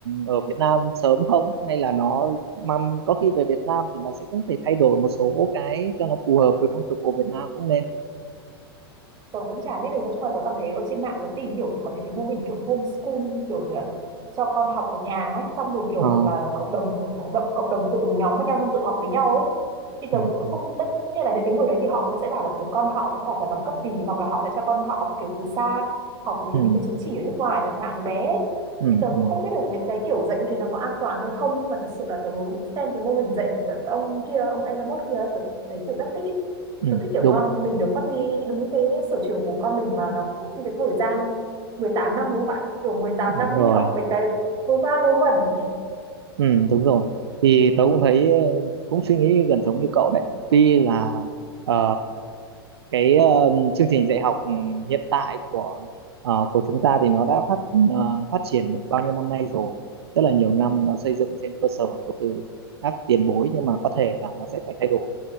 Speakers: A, on the right; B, on the right.
A: ở Việt Nam sớm không hay là nó mà có khi về Việt Nam thì nó sẽ cũng phải thay đổi một số cái cho nó phù hợp với phong tục của Việt Nam cũng nên
B: tớ cũng chả biết được nói chung là tớ cảm thấy ở trên mạng tớ tìm hiểu thì có những cái mô hình kiểu homeschool kiểu như là cho con học ở nhà ấy xong rồi kiểu
A: ờ
B: hoặc là cộng đồng cộng, cộng đồng tự nhóm với nhau không tự học với nhau ấy thì
A: ừ
B: tớ cũng
A: ừ
B: không tất nhiên là những cái người đấy thì họ cũng sẽ bảo là kiểu con họ cũng chả phải bằng cấp gì hoặc là họ sẽ cho con họ học kiểu từ xa học lấy
A: ừ
B: những cái chứng chỉ ở nước ngoài chẳng hạn từ bé ấy.
A: ừ
B: thì tớ
A: ừ
B: cũng không biết được những cái kiểu dạy như thế nó có an toàn hay không nhưng mà thật sự là tớ xem cái mô hình dạy của cái ông kia ông Elon Musk kia ấy, tớ thấy kiểu rất là thích ý.
A: ừ,
B: Tớ thích kiểu
A: đúng
B: con mình được phát huy đúng cái sở trường của con mình mà nó không mất như cái thời gian mười tám năm đúng không bạn kiểu mười tám
A: đúng
B: năm đi
A: rồi
B: học về cái vô va vô vẩn
A: Ừ, đúng rồi. Thì tớ cũng thấy ờ, cũng suy nghĩ gần giống như cậu đấy. Tuy là ờ, cái ờ, chương trình dạy học ừ, hiện tại của ờ, của chúng ta thì nó đã phát ờ, phát triển được bao nhiêu năm nay rồi, rất là nhiều năm nó xây dựng trên cơ sở của từ các tiền bối nhưng mà có thể là nó sẽ phải thay đổi